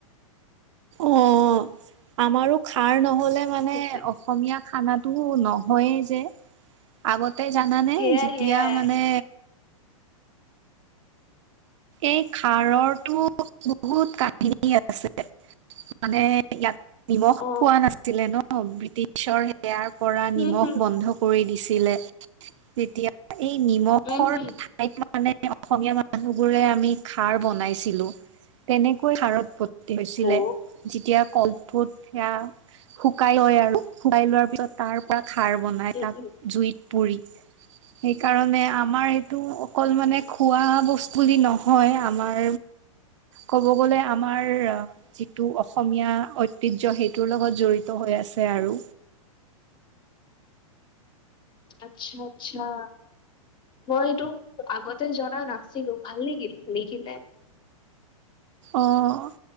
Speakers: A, on the right; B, on the left.
A: অ', আমাৰো খাৰ নহ'লে মানে
B: সেইটোৱে
A: অসমীয়া খানাটো নহয়েই যে। আগতে জানানে,
B: সেয়াই
A: যিতিয়া
B: সেয়াই
A: মানে এই খাৰৰটো বহুত কাহিনী আছে। মানে, ইয়াত নিমখ
B: অ
A: পোৱা নাছিলে ন' বৃটি ব্ৰিটিছৰ সেয়াৰ পৰা
B: হম
A: নিমখ
B: হম
A: বন্ধ কৰি দিছিলে, তেতিয়া এই নিমখৰ
B: উম হম
A: ঠাইত মানে, অসমীয়া মানুহ বোৰে আমি খাৰ বনাইছিলোঁ, তেনেকৈ খাৰ উৎপত্তি হৈছিলে।
B: অ
A: যেতিয়া কল <unintelligible> সেয়া শুকাই লয় আৰু, শুকাই লোৱাৰ পিছত তাৰপা খাৰ বনায়,
B: উম
A: তাত
B: উম
A: জুইত পুৰি। সেইকাৰণে আমাৰ এইটো অকল মানে খোৱা বচ বুলি নহয় আমাৰ ক'ব গ'লে আমাৰ যিটো অসমীয়া ঐতিহ্য, সেইটোৰ লগত জড়িত হৈ আছে আৰু।
B: আচ্ছা, আচ্ছা। মই এইটো আগতে জনা নাছিলোঁ, ভাল লাগিল শুনি কিনে।
A: অ',